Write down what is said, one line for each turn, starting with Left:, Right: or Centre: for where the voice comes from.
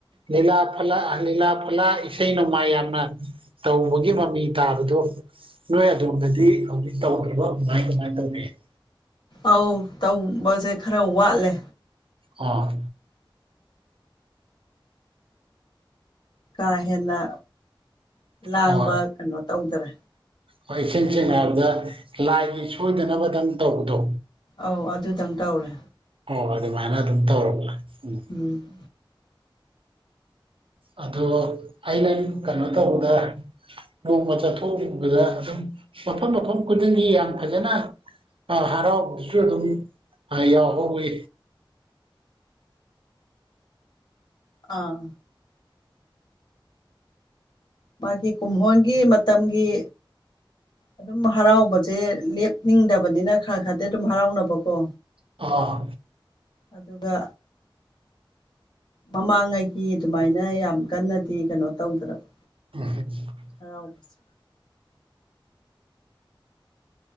Right: ꯂꯤꯂꯥ ꯐꯜꯂꯥ ꯑꯥ ꯂꯤꯂꯥ ꯐꯜꯂꯥ ꯏꯁꯩ ꯅꯣꯡꯃꯥꯏ ꯌꯥꯝꯅ ꯇꯧꯕꯒꯤ ꯃꯃꯤ ꯇꯥꯕꯗꯣ ꯅꯣꯏ ꯑꯗꯣꯝꯗꯗꯤ ꯍꯧꯖꯤꯛ ꯇꯧꯈ꯭ꯔꯤꯕ ꯀꯃꯥꯏ ꯀꯃꯥꯏꯅ ꯇꯧꯒꯦ <inaudible>
Left: ꯑꯧ ꯇꯧꯕꯁꯦ ꯈꯔ ꯋꯥꯠꯂꯦ
Right: ꯑꯣ
Left: ꯀꯥ ꯍꯦꯟꯅ ꯂꯥꯡꯕ
Right: ꯑꯣ
Left: ꯀꯩꯅꯣ ꯇꯧꯗ꯭ꯔꯦ
Right: ꯍꯣꯏ ꯏꯁꯦꯡ ꯁꯦꯡꯅ ꯍꯥꯏꯔꯕꯗ ꯂꯥꯏꯒꯤ ꯁꯣꯏꯗꯅꯕꯗꯪ ꯇꯧꯕꯗꯣ
Left: ꯑꯧ ꯑꯗꯨꯗꯪ ꯇꯧꯔꯦ
Right: ꯑꯣ ꯑꯗꯨꯃꯥꯏꯅ ꯑꯗꯨꯝ ꯇꯧꯔꯕ ꯎꯝ
Left: ꯎꯝ
Right: ꯑꯗꯣ ꯑꯩꯅ ꯀꯅꯣ ꯇꯧꯕꯗ ꯅꯣꯡꯃ ꯆꯠꯊꯣꯛꯎꯕꯗ ꯑꯗꯨꯝ ꯃꯐꯝ ꯃꯐꯝ ꯈꯨꯗꯤꯡꯒꯤ ꯌꯥꯝ ꯐꯖꯅ ꯑꯥ ꯍꯔꯥꯎꯕꯗꯨꯁꯨ ꯑꯗꯨꯝ ꯑ ꯌꯥꯎꯍꯧꯋꯤ
Left: ꯑꯥ ꯃꯥꯒꯤ ꯀꯨꯝꯍꯣꯟꯒꯤ ꯃꯇꯝꯒꯤ ꯑꯗꯨꯝ ꯍꯔꯥꯎꯕꯁꯦ ꯂꯦꯞꯅꯤꯡꯗꯕꯅꯤꯅ ꯈꯔ ꯈꯔꯗꯤ ꯑꯗꯨꯝ ꯍꯔꯥꯎꯅꯕꯀꯣ
Right: ꯑꯥ
Left: ꯑꯗꯨꯒ ꯃꯃꯥꯡꯉꯩꯒꯤ ꯑꯗꯨꯃꯥꯏꯅ ꯌꯥꯝ ꯀꯟꯅꯗꯤ ꯀꯩꯅꯣ ꯇꯧꯗ꯭ꯔꯕ
Right: <inaudible>
Left: ꯍꯔꯥꯎꯕꯁꯦ